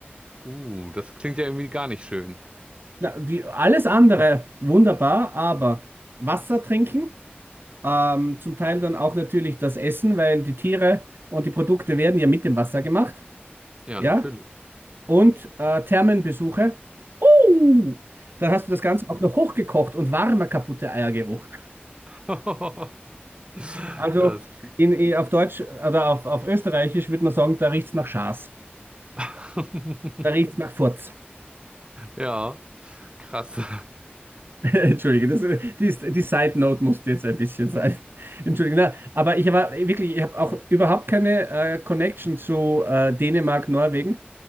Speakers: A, on the right; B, on the right.
A: Uh, das klingt ja irgendwie gar nicht schön.
B: Na, die, alles andere wunderbar, aber Wasser trinken, ähm, zum Teil dann auch natürlich das Essen, weil die Tiere und die Produkte werden ja mit dem Wasser gemacht.
A: Ja,
B: Ja?
A: natürlich.
B: Und äh, Thermenbesuche. Uh, dann hast du das Ganze auch noch hochgekocht und warmer kaputte Eiergeruch.
A: <laughs> Ja,
B: Also
A: Das klingt...
B: in, in, auf Deutsch oder auf, auf Österreichisch würde man sagen, da riecht's nach Schaß.
A: <laughs>
B: Da riecht's nach Furz.
A: Ja, krass. <laughs>
B: <laughs> Entschuldige, das, die, ist- die Side Note musste jetzt ein bisschen sein. <laughs> Entschuldige, na, aber ich war wirklich, ich habe auch überhaupt keine äh, Connection zu äh, Dänemark, Norwegen.